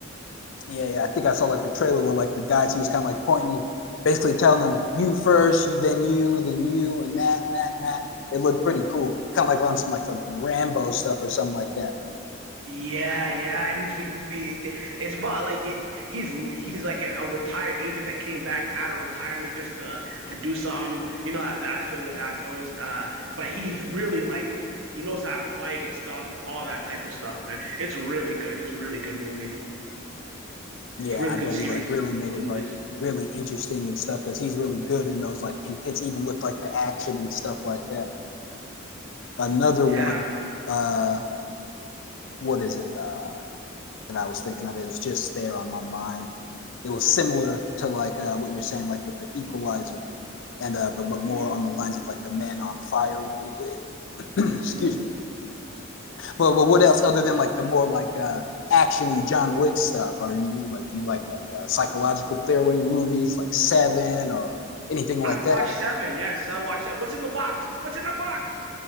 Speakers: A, on the left; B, on the right.
A: Yeah, yeah. I think I saw like the trailer where like the guys he was kind of like pointing, basically telling them you first, then you, then you, and that and that and that. It looked pretty cool, kind of like on some like some Rambo stuff or something like that.
B: Yeah, yeah, and he's really big. It's about like he- he's he's like a, a retired agent that came back out of retirement just to to do something. You know, that, that's always how it goes. Uh, but he's really like he knows how to fight and stuff, all that type of stuff, man. It's really good. It's a really good movie.
A: Yeah,
B: It's a really
A: and I bet
B: good series
A: he like really made
B: of
A: it
B: movies.
A: like really interesting and stuff because he's really good in those like intense, even with like the action and stuff like that. another
B: Yeah.
A: one. Uh, what is it uh, that I was thinking of? It was just there on my mind. It was similar to like uh, what you're saying, like with the Equalizer, and uh, but but more
B: Mm,
A: on the lines of like the Man on Fire one he did. <clears throat> Excuse
B: mm.
A: me. But but what else other than like the more like uh, actiony John Wick stuff? Are you like do you like like uh, psychological thriller movies like Seven or anything like
B: I watched
A: that?
B: Seven. Yes, I watched that. What's in the box? What's in the box?